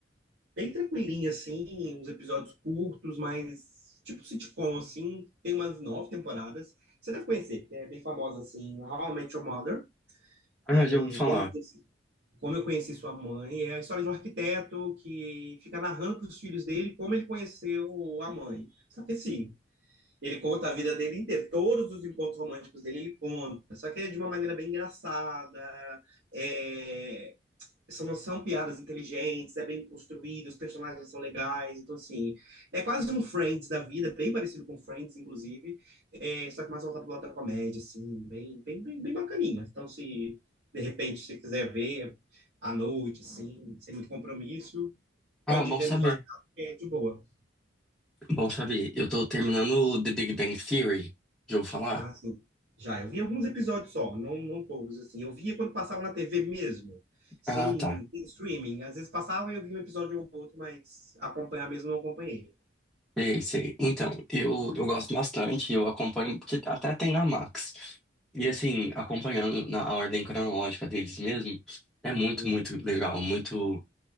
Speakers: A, on the right; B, in the centre.
A: bem tranquilinha, assim, uns episódios curtos, mas tipo sitcom, assim, tem umas nove temporadas. Você deve conhecer, é bem famosa, assim, How I Met Your Mother.
B: Ah,
A: É,
B: já ouvi falar.
A: como, eu conheci, como eu conheci sua mãe, é a história de um arquiteto que fica narrando para os filhos dele como ele conheceu a mãe. Só que assim, ele conta a vida dele inteira, todos os encontros românticos dele ele conta, só que é de uma maneira bem engraçada, é, são, são piadas inteligentes, é bem construído, os personagens são legais, então assim, é quase um Friends da vida, bem parecido com Friends, inclusive, é, só que mais voltado pro lado da comédia, assim, bem, bem, bem, bem bacaninha. Então, se de repente você quiser ver à noite, assim, sem muito compromisso,
B: Ah,
A: pode
B: bom
A: ir vendo
B: saber.
A: devagar, porque é de boa.
B: Bom saber. Eu tô terminando o The Big Bang Theory. Já ouviu falar?
A: Ah, sim. Já, eu vi alguns episódios só, não, não todos, assim. Eu via quando passava na TV mesmo, sem
B: Ah, tá.
A: sem streaming. Às vezes passava e eu via um episódio ou outro, mas acompanhar mesmo não acompanhei.
B: Sei, sei. Então, eu, eu gosto bastante, eu acompanho, porque até tem na Max. E assim, acompanhando na a ordem cronológica deles mesmo, é muito,
A: Hum.
B: muito legal, muito.